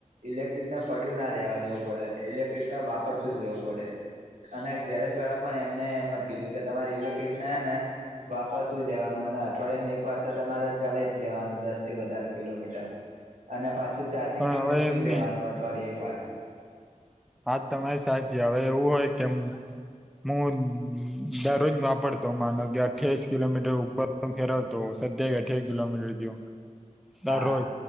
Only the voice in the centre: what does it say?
પણ
હવે
એમ
નહી
વાત તમારી સાચી હવે એવું હોય, કેમ હું દરરોજ વાપરતો માનો કે અઠ્યાવીસ કિલોમીટર ઉપર ફેરવતો, સત્તાવીસ, અઠ્ઠાવીસ કિલોમીટર થયું દરરોજ